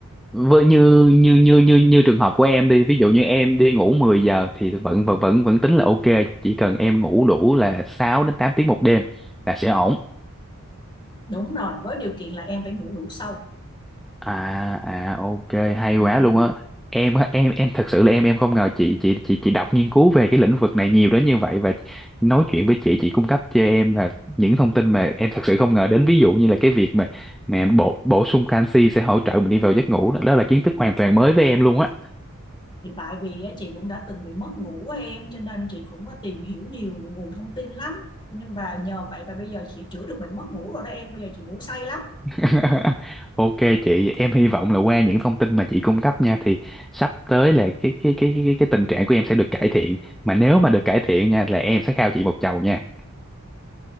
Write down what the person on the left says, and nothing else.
Đúng rồi, với điều kiện là em phải ngủ đủ sâu.
Ừ.
thì tại vì á, chị cũng đã từng bị mất ngủ á em cho nên chị cũng có tìm hiểu nhiều nguồn thông tin lắm nhưng mà nhờ vậy mà bây giờ chị chữa được bệnh mất ngủ rồi đó em bây giờ chị ngủ say lắm